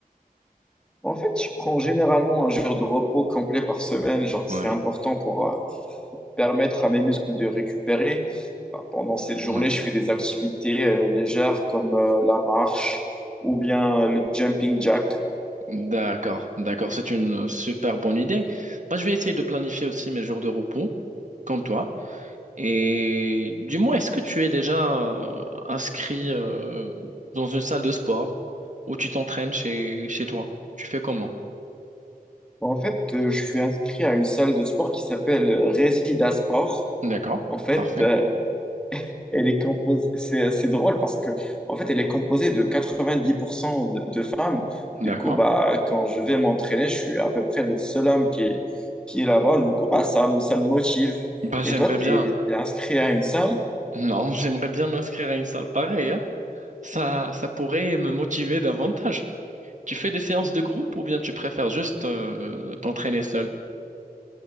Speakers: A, in the centre; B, on the right.
A: En fait, je prends généralement un jour de repos complet par semaine. Genre, c'est
B: Ouais.
A: important pour, euh, pour permettre à mes muscles de récupérer. Bah, pendant cette journée,
B: Ouais.
A: je fais des activités euh, légères comme euh, la marche ou bien euh, le jumping jack.
B: D'accord, d'accord, c'est une super bonne idée. Moi, je vais essayer de planifier aussi mes jours de repos, comme toi. Et dis-moi, est-ce que tu es déjà euh, inscrit euh, dans une salle de sport où tu t'entraînes chez, chez toi? Tu fais comment?
A: Bah, En fait, euh, je suis inscrit à une salle de sport qui s'appelle euh, Resida Sport.
B: D'accord,
A: En fait,
B: parfait,
A: euh, Elle est composée, c'est, c'est drôle parce que, en fait, elle est composée de 90% de, de femmes.
B: d'accord.
A: Du coup, bah, quand je vais m'entraîner, je suis à peu près le seul homme qui, qui est là-bas. Du coup, bah, ça, me- ça me motive.
B: Bah,
A: Et
B: j'aimerais
A: toi, tu
B: bien,
A: es, inscrit à une salle?
B: non, <laughs> j'aimerais bien m'inscrire à une salle pareille, hein. Ça, ça pourrait me motiver davantage. Tu fais des séances de groupe ou bien tu préfères juste euh, t'entraîner seul?